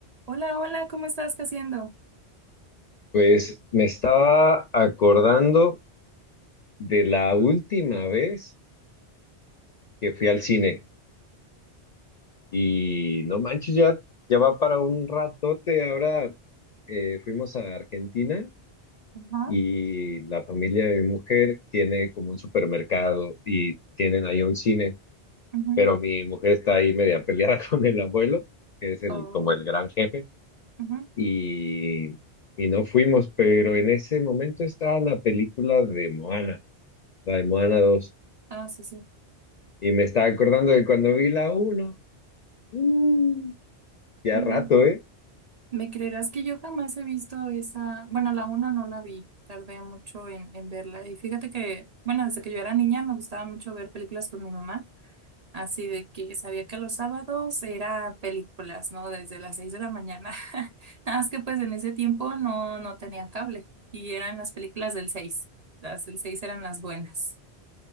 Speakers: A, on the right; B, on the left.
A: Hola, hola, ¿cómo estás? ¿Qué haciendo?
B: Pues me estaba acordando de la última vez que fui al cine y no manches, ya, ya va para un ratote. Ahora eh, fuimos a Argentina
A: Ajá,
B: y la familia de mi mujer tiene como un supermercado y tienen ahí un cine,
A: ujú.
B: pero mi mujer está ahí media peleada <laughs> con el abuelo, que es el,
A: Oh,
B: como el gran jefe,
A: ujú.
B: y, y no fuimos, pero en ese momento estaba la película de Moana, la de Moana dos
A: Ah, sí, sí.
B: Y me estaba acordando de cuando vi la uno mm, ya
A: Mm,
B: rato, ¿eh?
A: ¿Me creerás que yo jamás he visto esa? Bueno, la uno no la vi, tardé mucho en, en verla. Y fíjate que, bueno, desde que yo era niña me gustaba mucho ver películas con mi mamá, así de que sabía que los sábados era películas, ¿no? Desde las seis de la mañana. <laughs> Nada más que pues en ese tiempo no, no tenía cable y eran las películas del seis. Las del seis eran las buenas.